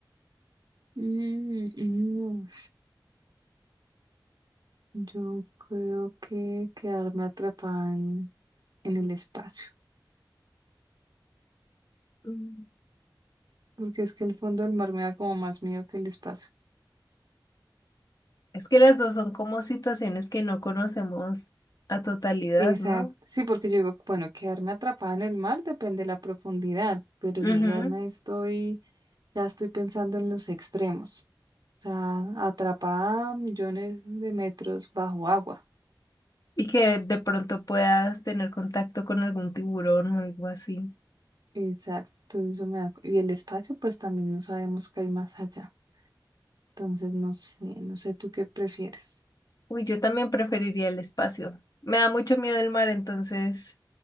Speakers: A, on the right; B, on the left.
A: Mm, mm, Yo creo que quedarme atrapada en, en el espacio,
B: Mm.
A: porque es que el fondo del mar me da como más miedo que el espacio.
B: Es que las dos son como situaciones que no conocemos a totalidad,
A: Exacto,
B: ¿no?
A: sí, porque yo digo, bueno, quedarme atrapada en el mar depende de la profundidad, pero
B: Ujú.
A: yo ya me estoy, ya estoy pensando en los extremos, o sea, atrapada a millones de metros bajo agua.
B: Y que de pronto puedas tener contacto con algún tiburón o algo así.
A: Exacto, entonces eso me da, y el espacio, pues también no sabemos qué hay más allá. Entonces, no sé, no sé tú qué prefieres.
B: Uy, yo también preferiría el espacio. Me da mucho miedo el mar, entonces